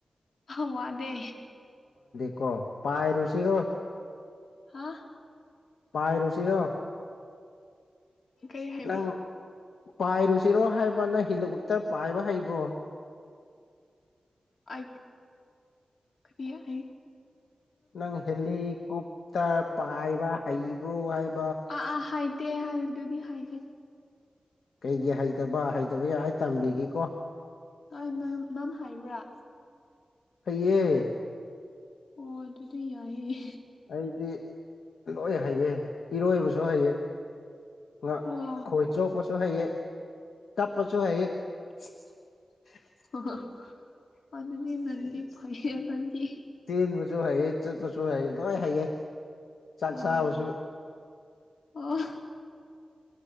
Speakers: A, on the left; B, on the left.
A: ꯑꯋꯥꯗꯦ
B: ꯀꯣ ꯄꯥꯏꯔꯨꯁꯤꯔꯣ
A: ꯍꯥ
B: ꯄꯥꯏꯔꯨꯁꯤꯔꯣ
A: ꯀꯩ ꯍꯥꯏꯕ
B: ꯅꯪ ꯄꯥꯏꯔꯨꯁꯤ ꯁꯤꯔꯣ ꯍꯥꯏꯕ ꯅꯪ ꯍꯦꯂꯤꯀꯣꯞꯇꯔ ꯄꯥꯏꯕ ꯍꯩꯕ꯭ꯔꯣ
A: ꯑꯦ ꯀꯌꯥ ꯍꯥꯏ
B: ꯅꯪ ꯍꯦꯜꯂꯤ ꯀꯨꯞꯇ ꯄꯥꯏꯕ ꯍꯩꯕ꯭ꯔꯣ ꯍꯥꯏꯕ
A: ꯑꯥ ꯑꯥ ꯍꯥꯏꯇꯦ ꯍꯥꯏ ꯑꯗꯨꯗꯤ ꯍꯥꯏꯗꯦ
B: ꯀꯩꯒꯤ ꯍꯩꯇꯕ ꯍꯩꯇꯕ ꯌꯥꯏ ꯑꯩ ꯇꯝꯕꯤꯒꯦꯀꯣ
A: ꯍ ꯅ ꯅꯥꯟ ꯍꯥꯏꯕ꯭ꯔꯥ
B: ꯍꯩꯌꯦ
A: ꯑꯣ ꯑꯗꯨꯗꯤ ꯌꯥꯏꯌꯦ
B: ꯑꯩꯗꯤ ꯂꯣꯏ ꯍꯩꯌꯦ ꯏꯔꯣꯏꯕꯁꯨ ꯍꯩꯌꯦ ꯉ
A: ꯑꯣ
B: ꯈꯣꯏ ꯆꯣꯞꯄꯁꯨ ꯍꯩꯌꯦ ꯇꯞꯄꯁꯨ ꯍꯩꯌꯦ <unintelligible>
A: ꯑꯣ ꯑꯗꯨꯗꯤ ꯅꯪꯗꯤ ꯐꯩꯌꯦ ꯅꯪꯗꯤ
B: ꯆꯦꯟꯕꯁꯨ ꯍꯩꯌꯦ ꯆꯠꯄꯁꯨ ꯍꯩ ꯂꯣꯏ ꯍꯩꯌꯦ ꯆꯥꯛ
A: ꯑꯣ
B: ꯆꯥꯕꯁꯨ
A: ꯑꯣ